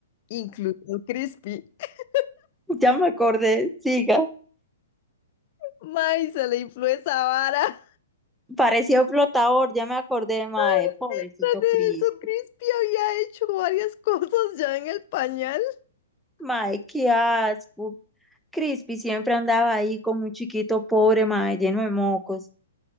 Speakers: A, on the left; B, in the centre.
A: incluso Crispy. <laughs>
B: <laughs> Ya me acordé, siga.
A: ¡May! Se le infló esa vara.
B: Parecía un flotador, ya me acordé, mae.
A: <laughs>
B: Pobrecito
A: Tras de
B: Chris.
A: eso, Crispy había hecho varias <laughs> cosas ya en el pañal.
B: Mae, qué asco. Crispy siempre andaba ahí con un chiquito pobre, mae, lleno de mocos.